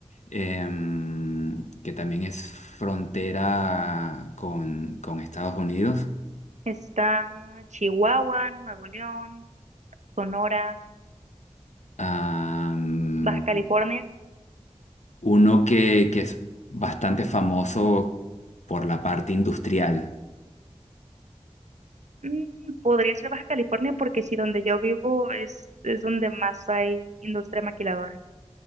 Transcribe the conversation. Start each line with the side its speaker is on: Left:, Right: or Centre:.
Left: em, que también es frontera con, con Estados Unidos.
Right: Está Chihuahua, Nuevo León, Sonora,
Left: Am,
Right: Baja California.
Left: uno que, que es bastante famoso por la parte industrial.
Right: Mm, podría ser Baja California porque sí, donde yo vivo es, es donde más hay industria maquiladora.